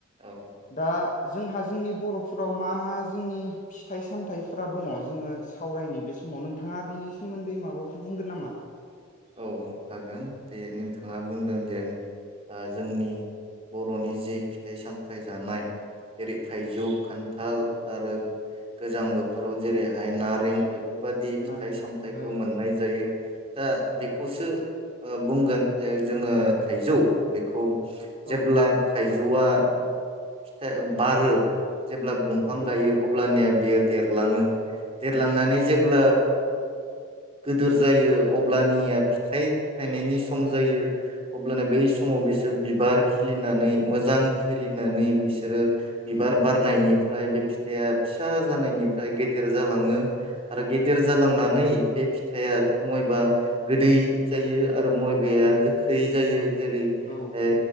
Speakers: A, on the right; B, on the left.
A: औ
B: दा जोंहा जोंनि बर'फोराव मा मा जोंनि फिथाइ- सामथाइफोरा दङ जोङो सावरायनि। बे समाव नोंथाङा बिनि सोमोन्दै माबाफोर बुंगोन नामा?
A: औ हागोन दे नोंथाङा बुंदों दे जोंनि बर'नि जे फिथाइ-सामथायाइ जानाय जेरै थाइजौ, खान्थाल आरो गोजां बोथोराव जेरैहाय नारें बे बेफोरबादि फिथाइ-
B: नारें
A: सामथाइखौ
B: ओ
A: मोननाय जायो। दा खौसो ओ बुं बुंगोन जे जोङो थाइजौ बेखौ जेब्ला
B: ओ औ
A: थाय जौवआ फिथाइ बारो जेब्ला दंफां
B: ओ
A: गायो अब्लानिया बियो देरलाङो देरलांनानै जेब्ला
B: ओ
A: गिदोर जायो अ ब्लानिया फिथाइ थायनायनि सम जायो अब्लानो बै समाव बिसोर बिबार खिलिनानै मोजां खिलिनानै बिसोरो बिबार
B: उम
A: बारनायनिफ्राय बे फिथाइया फिसा जानायनिफ्राय गेदेर जालाङो आरो गेदेर जालांनानै बे फिथाइया मयबा गोदै जायो आरो मयबाया गोखै जायो जेरै
B: औ
A: ओ